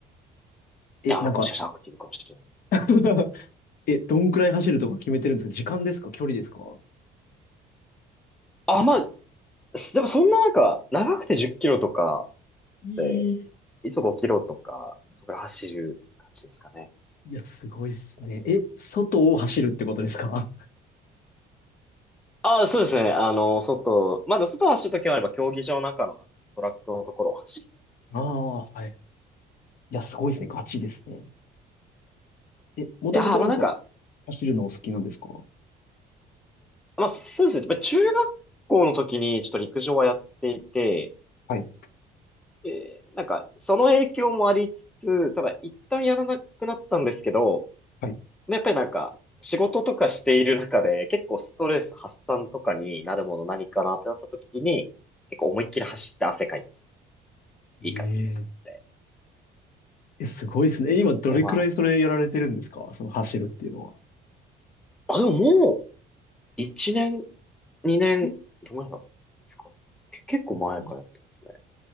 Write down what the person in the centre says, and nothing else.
や、
まあもしかしたらアクティブかもしれないです。
あ、まあ、すでもそんななんか、長くて10キロとか
で、いつも5キロとか、それ走る感じですかね。
あ、そうですね。あの、外、まあ、でも外を走るときもあれば、競技場の中のトラックのところを走る
とか。
いやー、まあなんか、
まあそうですね。まあ中学校の時にちょっと陸上はやっていて、
えーなんか、その影響もありつつ、ただ一旦やらなくなったんですけど、
やっぱりなんか、仕事とかしている中で、結構ストレス発散とかになるもの何かなってなった時に、結構思いっきり走って汗かいていいかなと思って。
それもある、あ、でももう、1年、2年、
どのぐらいだろういつか。け、結構前からやってますね。